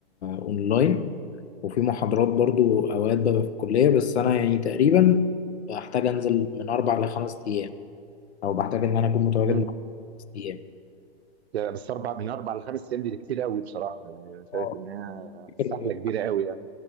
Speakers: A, on the left; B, on the right.
A: اونلاين وفي محاضرات برضو اوقات ببقى في الكلية بس انا يعني تقريبا بحتاج انزل من اربع لخمس ايام او بحتاج ان انا اكون متواجد
B: امم
A: مع خمس ايام
B: يعني بس اربع من اربع لخمس ايام دي كتير قوي بصراحة يعني أنا شايف
A: اه
B: انها
A: فاكر
B: سحلة كبيرة قوي يعني